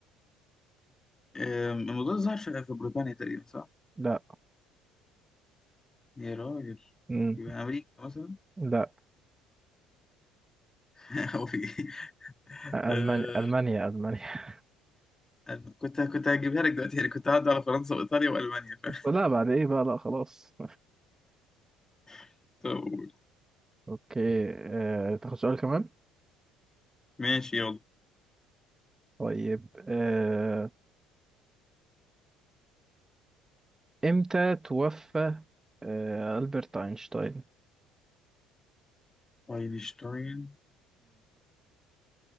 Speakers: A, on the left; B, on the right.
A: آم، الموضوع ده ظهر في في بريطانيا تقريبا صح؟
B: لا
A: يا راجل
B: مم.
A: يبقى امريكا مثلا
B: لا
A: <laughs> هو في ايه؟
B: ألمانيا
A: آه،
B: ألمانيا ألمانيا <laughs>
A: أنا كنت كنت هجيبها لك دلوقتي يعني كنت هعدي على فرنسا وايطاليا والمانيا فاهم
B: لا بعد إيه بقى لا خلاص
A: <laughs> طب قول.
B: <laughs> أوكي أه... تاخد سؤال كمان
A: ماشي يلا
B: طيب أه... إمتى توفى أه... ألبرت أينشتاين
A: اينشتاين